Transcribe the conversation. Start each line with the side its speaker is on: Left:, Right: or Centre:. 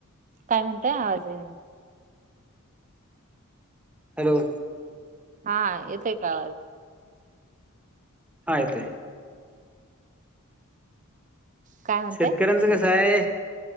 Right: काय म्हणतय आवाजेन
Centre: हॅलो!
Right: हा येतेय कावाज
Centre: आयय
Right: काय म्हणताय
Centre: शेतकऱ्यांचं कसं आहे.